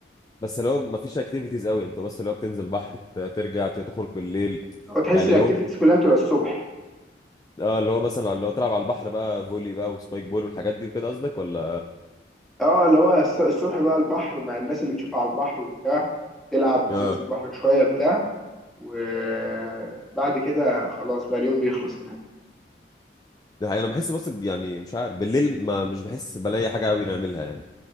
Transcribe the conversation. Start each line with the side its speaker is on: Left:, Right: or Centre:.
Left: بس اللي هو ما فيش اكتيفيتيز قوي انت بس اللي هو بتنزل بحر ت- ترجع ت- تخرج بالليل
Centre: وتحس
Left: يعني
Centre: الاكتيفيتيز
Left: لو
Centre: كلها بتبقى الصبح
Left: اه اللي هو مثلا اللي هو تلعب على البحر بقى فولي بقى وسبايك بول والحاجات دي وكده قصدك ولا
Centre: اه اللي هو الص- الصبح بقى البحر ومع الناس اللي بتشوفها على البحر وبتاع تلعب
Left: اه
Centre: تنزل البحر شويه بتاع وبعد كده خلاص بقى اليوم بيخلص هناك
Left: ده حقيقة انا بحس بس ب- يعني مش عارف بالليل ما مش بحس بلاقي حاجه قوي نعملها يعني